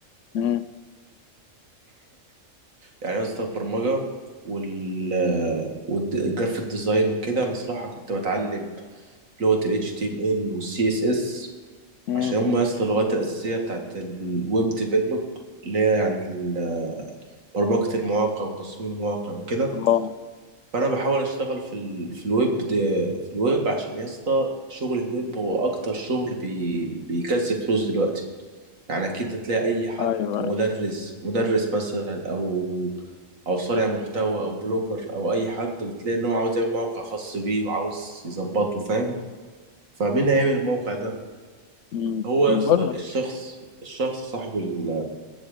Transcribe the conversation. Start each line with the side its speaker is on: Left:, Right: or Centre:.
Left: مم،
Right: يعني يا اسطى البرمجه وال والجرافيك ديزاين وكده انا صراحه كنت بتعلم لغه ال HTML وال CSS
Left: مم.
Right: عشان هم يا اسطى اللغات الأساسية بتاعت الويب ديفلوب اللي هي يعني ال- برمجة المواقع وتصميم المواقع وكده
Left: اه
Right: فأنا بحاول أشتغل في ال في الويب دي في الويب عشان يا اسطى شغل الويب هو أكتر شغل بي بيكسب فلوس دلوقتي يعني أكيد هتلاقي أي حد
Left: ايوه
Right: مدرس
Left: ايوه
Right: مدرس مثلا أو أو صانع محتوى أو بلوجر أو أي حد بتلاقي إن هو عاوز يعمل موقع خاص بيه وعاوز يظبطه فاهم فمين هيعمل الموقع ده
Left: مم،
Right: هو
Left: مبرمج
Right: يا اسطى الشخص الشخص صاحب ال